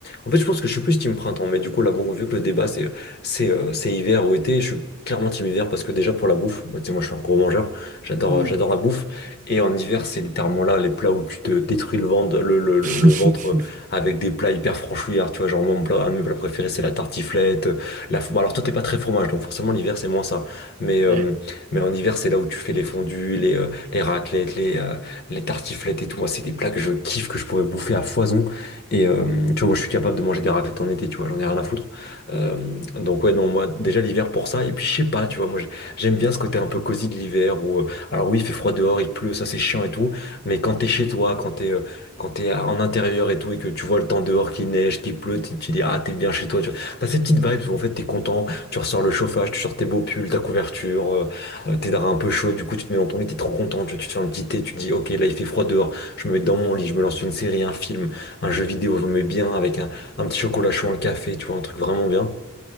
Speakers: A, on the left; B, on the right.
A: en fait je pense que je suis plus team printemps, mais du coup là bon vu que le débat c'est c'est euh, c'est hiver ou été, je suis clairement team hiver parce que déjà pour la bouffe, bah, tu sais moi je suis un gros mangeur, j'adore
B: Hmm.
A: j'adore la bouffe et en hiver c'est littéralement là les plats où tu te détruis le ventre, le, le, le,
B: <laughs>
A: le ventre avec des plats hyper franchouillards, tu vois genre mon plat un de mes plats préférés c'est la tartiflette, la bon alors toi t'es pas très fromage donc forcément l'hiver c'est moins ça, mais
B: Ouais.
A: euh, mais en hiver c'est là où tu fais les fondus les euh, les raclettes, les, euh, les tartiflettes et tout. Moi, c'est des plats que je kiffe, que je pourrais bouffer à foison. Et euh, tu vois, moi, je suis capable de manger des raclettes en été, tu vois, j'en ai rien à foutre. Euh, donc, ouais, non, moi, déjà l'hiver pour ça. Et puis, je sais pas, tu vois, moi, j'ai- j'aime bien ce côté un peu cosy de l'hiver où, euh, alors oui, il fait froid dehors, il pleut, ça c'est chiant et tout. Mais quand t'es chez toi, quand t'es euh, quand t'es à- en intérieur et tout, et que tu vois le temps dehors qui neige, qui pleut, tu tu dis, ah, t'es bien chez toi, tu vois. T'as ces petites vibes où en fait t'es content, tu ressors le chauffage, tu sors tes beaux pulls, ta couverture, euh, euh, T'es un peu chaud, du coup tu te mets dans ton lit, t'es trop content, tu, tu te fais un petit thé, tu te dis ok là il fait froid dehors, je me mets dans mon lit, je me lance une série, un film, un jeu vidéo, je me mets bien avec un, un petit chocolat chaud, un café, tu vois, un truc vraiment bien.